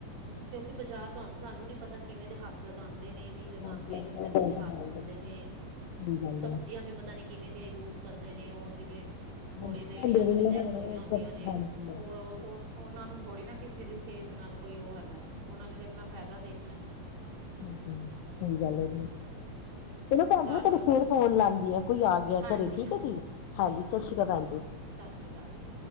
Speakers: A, on the right; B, on the left.
A: ਕਿਉਂਕਿ ਬਜ਼ਾਰ ਤੁਹਾਨੂੰ ਸਾਨੂੰ ਨੀ ਪਤਾ ਕਿਵੇਂ ਦੇ ਹੱਥ ਹੱਥ ਲਗਾਂਦੇ ਨੇ, ਨੀ ਲਗਾਂਦੇ
B: ਹਾਂਜੀ ਹਾਂਜੀ
A: ਗੰਦੇ
B: ਉਹ
A: ਮੰੰਦੇ
B: ਗੱਲ ਤਾਂ
A: ਹੱਥ
B: ਹੈ ਹੀ
A: ਹੋਂਦੇ
B: ਆ ਜੀ
A: ਨੇ,
B: ਸਹੀ ਗੱਲ
A: ਸਬਜ਼ੀਆਂ
B: ਹੈ
A: ਵੀ ਪਤਾ ਨੀ ਕਿਵੇਂ ਦਿਆਂ ਯੂਜ਼ ਕਰਦੇ ਨੇ ਓ? ਜਿਵੇਂ ਥੋੜੀ
B: ਹਾਂਜੀ ਧੋਂਦੇ
A: ਰੇਹੜੀਆਂ
B: ਵੇਲੇ
A: ਤੋਂ ਰਿਜੈਕਟ
B: ਹੋਣੇ
A: ਹੋਈਆਂ
B: ਉਹ
A: ਹੁੰਦੀਆਂ
B: ਤਾਂ
A: ਨੇ
B: ਹਾਂਜੀ
A: ਓ, ਓ ਓਨਾਂ ਨੂੰ ਥੋੜ੍ਹੀ ਨਾ ਕਿਸੇ ਦੀ ਸਿਹਤ ਨਾਲ ਕੋਈ ਓ ਹੈਗਾ ਐ, ਓਨਾਂ ਨੇ ਤੇ ਅਪਨਾ ਫੈਦਾ ਦੇਖ
B: ਹਾਂਜੀ, ਸਈ ਗੱਲ ਐ ਜੀ। ਚਲੋ ਭੈਨ ਜੀ
A: ਘਰ
B: ਮੈਂ ਤੁਹਾਨੂੰ
A: ਤੇ ਆਓ
B: ਫੇਰ ਫੋਨ ਲਾਨੀ ਆਂ, ਕੋਈ ਆ ਗਿਆ
A: ਹਾਂਜੀ
B: ਘਰੇ ਠੀਕ ਐ ਜੀ, ਹਾਂਜੀ, ਸਤਿ ਸ਼੍ਰੀ ਅਕਾਲ ਭੈਨ ਜੀ।
A: ਸਸ ਸ਼੍ਰੀ ਅਕਾਲ ਜੀ।